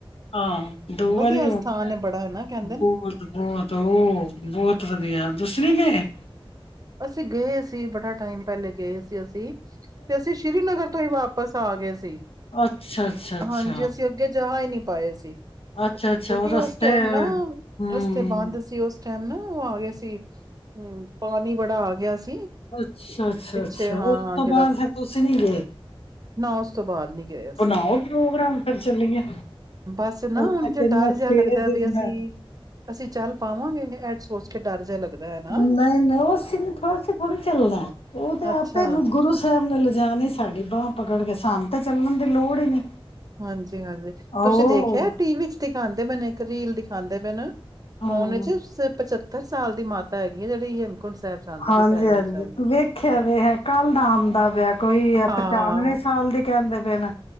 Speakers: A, on the left; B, on the right.
A: ਹਾਂ ਦੋ
B: ਵਧੀਆ
A: ਵਾਰੀ ਹੋ
B: ਸਥਾਨ
A: ਗਿਆ
B: ਹੈ ਬੜਾ ਹੈ ਨਾ ਕਹਿੰਦੇ ਨੇ
A: ਬਹੁਤ ਬਹੁਤ ਉਹ ਬਹੁਤ ਵਧੀਆ ਤੁਸੀਂ ਨਹੀਂ ਗੇ
B: ਅਸੀਂ ਗਏ ਸੀ ਬੜਾ ਟਾਈਮ ਪਹਿਲੇ ਗਏ ਸੀ ਅਸੀਂ ਤੇ ਅਸੀਂ ਸ੍ਰੀਨਗਰ ਤੋਂ ਹੀ ਵਾਪਿਸ ਆ ਗਏ ਸੀ
A: ਅੱਛਾ ਅੱਛਾ ਅੱਛਾ
B: ਹਾਂਜੀ ਅਸੀਂ ਅੱਗੇ ਜਾ ਨਹੀਂੀ ਪਾਏ ਸੀ
A: ਅੱਛਾ ਅੱਛਾ
B: ਕਿਉਂਕਿ
A: ਉਹ ਰਸਤੇ
B: ਉਸ ਟਾਈਮ ਨਾ
A: ਹਮ
B: ਰਸਤੇ ਬੰਦ ਸੀ ਉਸ ਟਾਈਮ ਨਾ ਉਹ ਆ ਗਿਆ ਸੀ ਹਮ ਪਾਣੀ ਬੜ ੜਾ ਆ ਗਿਆ ਸੀ
A: ਅੱਛਾ ਅੱਛਾ
B: ਪਿੱਛੇ
A: ਅੱਛਾ
B: ਹਾਂ
A: ਉਸ ਤੋਂ
B: ਜਿਹੜਾ
A: ਬਾਅਦ ਫਿਰ ਤੁਸੀਂ ਨੀ ਗਏ
B: ਨਾ ਉਸ ਤੋਂ ਬਾਅਦ ਨੀ ਗਿਆ ਸੀ
A: ਬਣਾਓ ਪ੍ਰੋਗਰਾਮ ਫਿਰ ਚੱਲੀਏ
B: ਬਸ ਨਾ
A: ਉੱਥੇ
B: ਹੁਣ
A: ਕਹਿੰਦੇ
B: ਜੇ ਡਰ ਜਿਹਾ
A: ਛੇ
B: ਲੱਗਦਾ
A: ਦਿਨ
B: ਵੀ ਅਸੀਂ
A: ਦਾ
B: ਅਸੀਂ ਚੱਲ ਪਾਵਾਂਗੇ ਸੋਚ ਕੇ ਡਰ ਜਿਹਾ ਲੱਗਦਾ ਹੈ ਨਾ
A: ਹ ਨਹੀਂ ਨਹੀਂ ਉਹ ਥੋੜਾ ਥੋੜ੍ਹੀ ਚੱਲਣਾ ਉਹ ਤੇ
B: ਅੱਛਾ
A: ਆਪੇ ਗੁਰੂ ਸਾਹਿਬ ਨੇ ਜਾ ਨਹੀਂ ਸਾਡੀ ਬਾਂਹ ਪਕੜ ਕੇ ਸਾਨੂੰ ਤਾਂ ਚੱਲਣ ਦੀ ਲੋੜ ਹੀ ਨੀ
B: ਹਾਂਜੀ ਹਾਂਜੀ ਤੁਸੀਂ
A: ਉਹ
B: ਦੇਖਿਆ ਟੀ ਵੀ ਚ ਦਿਖਾਉਂਦੇ ਮੈਨੇ ਰੀਲ ਦਿਖਾਉਂਦੇ ਪਏ ਨਾ
A: ਹਮ
B: ਫੋਨ ਚ ਸੱਤਰ ਸਾਲ ਦੀ ਮਾਤਾ ਹੈਗੀ ਆ ਜਿਹੜੀ ਸਾਹਿਬ ਜਾਂਦੀ
A: ਹਾਂਜੀ
B: ਪਈ ਪੈਦਲ
A: ਹਾਂਜੀ
B: ਸਾਹਿਬ
A: ਤੂੰ ਵੇਖਿਆ ਵੇ ਹੈ ਕੱਲ ਦਾ ਆਉਂਦਾ ਪਿਆ ਕੋਈ ਆ
B: ਹਾਂ
A: ਪਚਾਨਵੇਂ
B: ਹਾਂ
A: ਸਾਲ ਦੀ ਕਹਿੰਦੇ ਪਏ ਨਾ